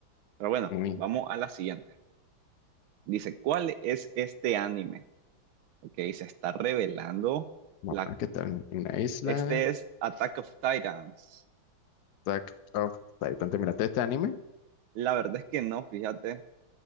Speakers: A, on the right (about 75°); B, on the left (about 60°).
A: Pero bueno,
B: Muy,
A: vamos a la siguiente. Dice, ¿cuál es este anime? Ok, se está revelando.
B: vamos
A: La,
B: a ver qué tal. una isla,
A: este es Attack of Titans.
B: Attack of Titan. ¿Te miraste este anime?
A: La verdad es que no, fíjate.